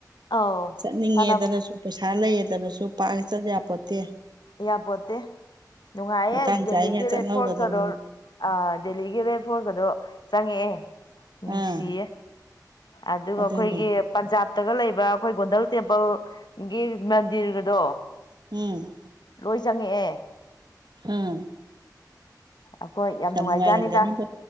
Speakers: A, on the left; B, on the right.
A: ꯑꯧ
B: ꯆꯠꯅꯤꯡꯉꯦꯗꯅꯖꯨ
A: ꯁꯥꯟꯅꯕ
B: ꯄꯩꯁꯥ ꯂꯩꯌꯦꯗꯅꯖꯨ ꯄꯥꯛ ꯍꯦꯛ ꯆꯠ ꯌꯥꯄꯣꯠꯇꯦ
A: ꯌꯥꯄꯣꯠꯇꯦ ꯅꯨꯡꯉꯥꯏꯌꯦ
B: ꯃꯇꯥꯡ
A: ꯗꯦꯜꯂꯤꯒꯤ
B: ꯆꯥꯔꯤꯉꯩ ꯆꯠꯍꯧꯒꯗꯧꯅꯤ
A: ꯔꯦꯠ ꯐꯣꯔꯠ ꯀꯗꯣ ꯑꯥ ꯗꯦꯜꯂꯤꯒꯤ ꯔꯦꯠ ꯐꯣꯔꯀꯗꯣ ꯆꯪꯉꯛꯑꯦ ꯅꯨꯡꯁꯤꯌꯦ
B: ꯑꯥ
A: ꯑꯗꯨꯒ
B: ꯑꯗꯨꯅꯦ
A: ꯈꯣꯏꯒꯤ ꯄꯟꯖꯥꯕꯇꯒ ꯂꯩꯕ ꯑꯈꯣꯏ ꯒꯣꯟꯗꯜ ꯇꯦꯝꯄꯜꯒꯤ ꯃꯟꯗꯤꯔꯒꯗꯣ
B: ꯎꯝ
A: ꯂꯣꯏ ꯆꯪꯉꯛꯑꯦ
B: ꯍꯝ
A: ꯑꯈꯣꯏ ꯌꯥꯝ ꯅꯨꯡꯉꯥꯏꯖꯥꯠꯅꯤꯗ
B: ꯅꯨꯡꯉꯥꯏꯔꯝꯒꯅꯤꯕꯣ